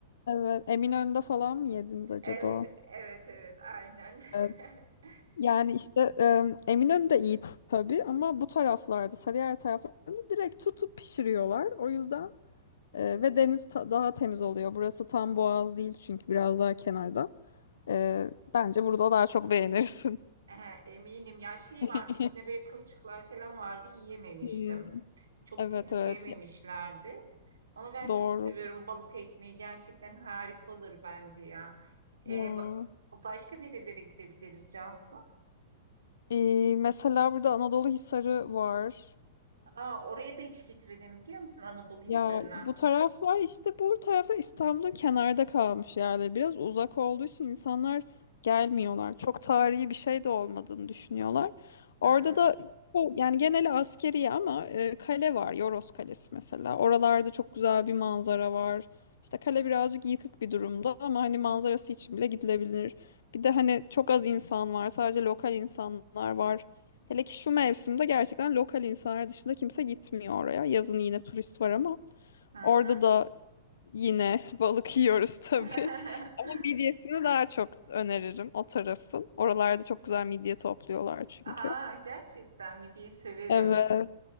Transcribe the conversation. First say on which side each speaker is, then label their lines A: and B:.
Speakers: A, on the left (about 70°); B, on the right (about 80°).
A: Evet, Eminönü'nde falan mı yediniz acaba?
B: Evet, evet, evet, aynen.
A: Evet.
B: <laughs>
A: Yani işte e, Eminönü de iyi tabii ama bu taraflarda, Sarıyer taraflarında direkt tutup pişiriyorlar. O yüzden e, ve deniz ta- daha temiz oluyor. Burası tam boğaz değil çünkü biraz daha kenarda. E, bence burada daha çok beğenirsin.
B: Ehe, eminim ya şey
A: <laughs>
B: vardı içine böyle kılçıklar falan vardı yiyememiştim.
A: Hmm.
B: Çok
A: Evet
B: temizleyememişlerdi.
A: evet Ya-
B: Ama ben
A: doğru.
B: çok seviyorum balık ekmeği gerçekten harika olur bence ya. Ee,
A: Ya.
B: ba- başka nerelere gidebiliriz Cansu?
A: Ee, mesela burada Anadolu Hisarı var.
B: Aa, oraya da hiç gitmedim biliyor musun Anadolu Hisarı'na?
A: Ya bu taraflar işte bu taraflar İstanbul'un kenarda kalmış yerler. Biraz uzak olduğu için insanlar gelmiyorlar. Çok tarihi bir şey de olmadığını düşünüyorlar. Orada
B: Hı hı
A: da o- yani geneli askeri ama e, kale var. Yoros Kalesi mesela. Oralarda çok güzel bir manzara var. İşte kale birazcık yıkık bir durumda ama hani manzarası için bile gidilebilir. Bir de hani çok az insan var. Sadece lokal insanlar var. Hele ki şu mevsimde gerçekten lokal insanlar dışında kimse gitmiyor oraya. Yazın yine turist var ama
B: hı. hı.
A: Orada da yine <laughs> balık yiyoruz tabii.
B: <laughs>
A: Ama midyesini daha çok öneririm o tarafın. Oralarda çok güzel midye topluyorlar çünkü.
B: Aa, gerçekten midiyi severim.
A: Evet.